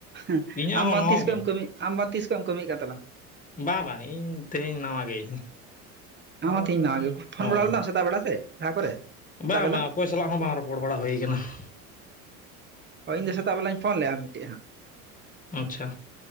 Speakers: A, on the right; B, on the left.
A: ᱾
B: ᱤᱧᱟᱹᱜ
A: ᱟᱢ
B: ᱦᱚᱸ
A: ᱢᱟ
B: ᱱᱟᱣᱟ
A: ᱛᱤᱥ ᱠᱷᱚᱱᱮᱢ
B: ᱜᱮ
A: ᱠᱟᱹᱢᱤᱜ ᱟᱢ ᱵᱟ ᱛᱤᱥ ᱠᱷᱚᱱ ᱮᱢ ᱠᱟᱹᱢᱤ ᱠᱟᱱ ᱛᱟᱞᱟᱝ?
B: ᱵᱟᱝ ᱵᱟᱝ ᱤᱧ ᱛᱮᱦᱮᱧ ᱱᱟᱣᱟ ᱜᱮ ᱾
A: ᱟᱢ ᱦᱚᱸ ᱛᱮᱦᱮᱧ ᱱᱟᱣᱟ ᱜᱮ ᱾ ᱯᱷᱚᱱ
B: ᱦᱚᱸ
A: ᱵᱟᱲᱟ ᱞᱮᱫᱟᱢ ᱥᱮᱛᱟ ᱵᱮᱲᱟ ᱥᱮᱫ ᱡᱟᱦᱟ ᱠᱚᱨᱮ? ᱥᱮᱛᱟᱜ
B: ᱵᱟᱝ
A: ᱵᱮᱞᱟ
B: ᱵᱟᱝ ᱚᱠᱚᱭ ᱥᱟᱞᱟᱜ ᱦᱚᱸ ᱵᱟᱝ ᱨᱚᱯᱚᱲ ᱵᱟᱲᱟ ᱦᱩᱭ ᱠᱟᱱᱟ ᱾
A: ᱦᱚᱭ ᱤᱧ ᱫᱚ ᱥᱮᱛᱟᱜ ᱵᱮᱞᱟᱧ ᱯᱷᱳᱱ ᱞᱮᱫᱼᱟ ᱢᱤᱫᱴ ᱦᱟᱸᱜ ᱾
B: ᱟᱪᱪᱷᱟ